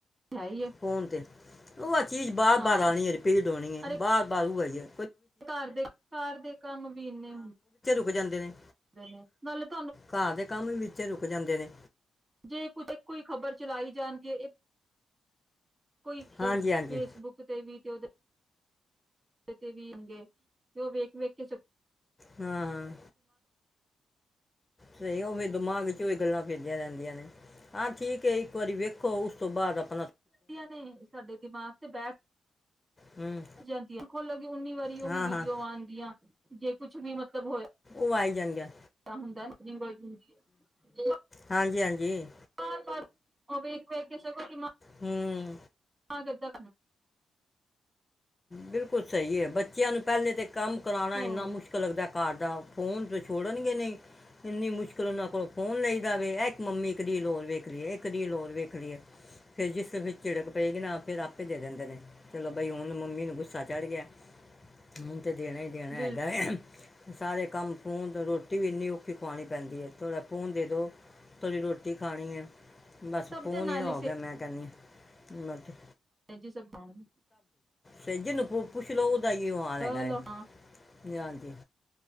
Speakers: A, on the right (about 30°); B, on the left (about 20°).
A: ਹੈ ਹੀ ਹੈ
B: ਫੋਣ ਤੇ ਉਹ ਅੱ ਚੀਜ਼ ਬਾਰ-ਬਾਰ
A: ਹਾਂ
B: ਆਉਣੀ ਐ, ਰਿਪੀਡ ਹੋਣੀ ਐ।
A: ਅਰੇ
B: ਬਾਰ ਬਾਰ ਹੂ ਆਈ ਏ।
A: ਘਰ ਦੇ ਕਾਰ ਦੇ ਕੰਮ ਵੀ ਨੇ ਇੰਨੇ ਹੁੰਦ
B: ਹੋ ਜਾਂਦੇ ਨੇ।
A: ਦੇ ਨੇ ਮਲਬ
B: ਘਾਰ ਦੇ ਕੰਮ ਵੀ ਵਿੱਚੇ ਰੁਕ ਜਾਂਦੇ ਨੇ।
A: ਜੇ ਕੁਛ ਇੱਕੋ ਈ ਖ਼ਬਰ ਚਲਾਈ ਜਾਣਗੇ। ਇੱਕ ਕੋਈ
B: ਹਾਂਜੀ
A: ਫੇਸਬੁੱਕ
B: ਹਾਂਜੀ
A: ਤੇ ਵੀ ਤੇ ਔਦੇ ਤੇ ਵੀ ਅ ਆਣਗੇ ਤੇ ਔ ਵੇਖ-ਵੇਖ ਕੇ ਸ
B: ਹਾਂ ਹਾਂ। ਸਹੀ ਔ ਵੀ ਦਿਮਾਗ ਇਚ ਔਈ ਗੱਲਾਂ ਫਿਰਦੀਆਂ ਰੈੰਦੀਆਂ ਨੇ। ਹਾਂ ਠੀਕ ਏ ਇੱਕ ਵਾਰੀ ਵੇਖ ਖੋ ਉਸ ਤੋਂ ਬਾਅਦ ਅਪ
A: ਦੀਆਂ ਨੇ ਸਾਡੇ ਦਿਮਾਗ ਤੇ ਬੈਠ
B: ਹੂੰ
A: <unintelligible> ਜਾਂਦੀਐ ਖੋਲੋਗੇ ਉੱਨੀ ਵਾਰੀ
B: ਹਾਂ
A: ਓਹੀ
B: ਹਾਂ
A: ਵੀਡੀਓ ਆਉਣ ਗੀਆਂ ਜੇ ਕੁਛ ਵੀ ਮਤਲਬ ਹੋਏ
B: ਉਆ ਆਈ ਜਾਂਣਗੀਆ।
A: ਹੁੰਦੈ <unintelligible> ਹੁੰਦੀ ਐ <unintelligible>
B: ਹਾਂਜੀ ਹਾਂਜੀ।
A: ਬਾਰ ਬਾਰ ਔ ਵੇਖ ਵੇਖ ਕੇ ਸਗੋਂ ਦਿਮਾਗ
B: ਹੂਂ।
A: ਏਦਾਂ
B: ਬਿਲਕੁਲ ਸਹੀ ਏ ਬੱਚਿਆਂ ਨੂੰ ਪੈਲੇ ਤੇ ਕੰਮ ਕਰਾਣਾ
A: ਹੋਰ
B: ਇੰਨਾ ਮੁਸ਼ਕਿਲ ਲੱਗਦੈ। ਘਾਰ ਦਾ ਫੋਨ ਤਾਂ ਛੋੜਨਗੇ ਨਹੀਂ, ਇੰਨੀ ਮੁਸ਼ਕਿਲ ਉਨਾਂ ਕੋਲੋਂ ਫੋਨ ਲਈ ਦਾਵੇ। ਐ ਇਕ ਮੰਮੀ ਇੱਕ ਰੀਲ ਹੋਰ ਵੇਖ ਲਈਏ ਇੱਕ ਰੀਲ ਹੋਰ ਵੇਖ ਲਈਏ। ਫੇਰ ਜਿਸ ਫੇਰ ਝਿੜਕ ਪਏਗੀ ਨਾ ਫੇਰ ਆਪ ਫੇਰ ਦੇ ਦਿੰਦੇ ਨੇ, ਚਲੋ ਬਈ ਹੁਣ ਨ ਮੰਮੀ ਨੂੰ ਗੁੱਸਾ ਚੜ੍ਹ ਗਿਆ। ਹੂੰ। ਹੁਣ ਤੇ ਦੇਣਾ ਈ ਦੇਣਾ
A: ਬਿਲਕੁਲ-ਬਿਲਕੁਲ
B: ਹੈਗਾ ਏ, ਸਾਰੇ ਕੰਮ ਫੋਨ ਤੋ ਰੋਟੀ ਵੀ ਇੰਨੀ ਔਖੀ ਖਵਾਣੀ ਪੈਂਦੀ ਏ। ਥੋੜ੍ਹਾ ਫੋਨ ਦੇ ਦੋ ਥੋੜ੍ਹੀ ਰੋਟੀ ਖਾਣੀ ਏ। ਬਸ
A: ਸਭ
B: ਫੋਨ
A: ਦੇ ਨਾਲ
B: ਹੀ ਨਾ ਹੋ ਗਿਆ ਮੈਂ ਕੈਨੀ ਆ <unintelligible>
A: ਹੈਜੀ ਸਭ ਬਾਣਵੇ
B: ਸੇ ਜਿਨੂੰ ਕੋ ਪੁੱਛ ਲੋ ਔ ਦਾ ਐਈਓ ਹਾਲ
A: ਚਲੋ
B: ਹੈਗਾ ਐ।
A: ਹਾਂ-ਹਾਂ
B: ਨੀ ਹਾਂਜੀ,